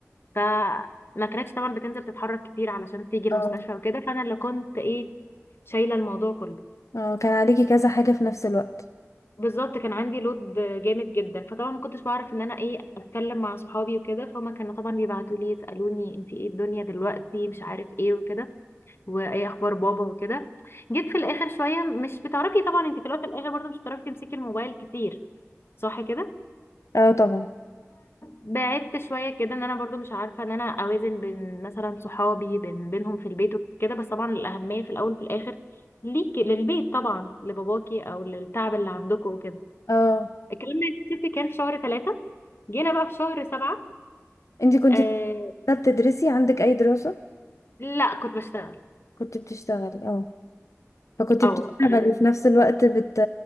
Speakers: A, on the left (about 50°); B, on the left (about 75°).
A: فما كانتش طبعا بتنزل تتحرك كتير علشان تيجي المستشفى
B: اه
A: وكده فأنا اللي كنت إيه شايلة الموضوع كله
B: اه كان عليكي كذا حاجة في نفس الوقت
A: بالظبط كان عندي لود جامد جدا فطبعا ما كنتش بعرف ان انا ايه اتكلم مع صحابي وكده فهم كانوا طبعا بيبعتوا لي يسالوني انت ايه الدنيا دلوقتي مش عارف ايه وكده وايه اخبار بابا وكده جيت في الاخر شويه مش بتعرفي طبعا انت في الاول في الاخر برضه مش بتعرفي تمسكي الموبايل كتير صح كده
B: اه طبعا
A: بعدت شويه كده ان انا برضو مش عارفه ان انا اوازن بين مثلا صحابي بين بينهم في البيت وكده بس طبعا الاهميه في الاول وفي الاخر ليكي للبيت طبعا لباباكي او للتعب اللي عندكم وكده.
B: اه
A: الكلام ده يا ستي كان في شهر ثلاثة جينا بقى في شهر سبعة
B: انت كنت
A: آه
B: بتدرسي عندك اي دراسة
A: لا كنت بشتغل
B: كنت بتشتغلي اه فكنت بتشتغلي
A: او آه
B: في نفس الوقت بت...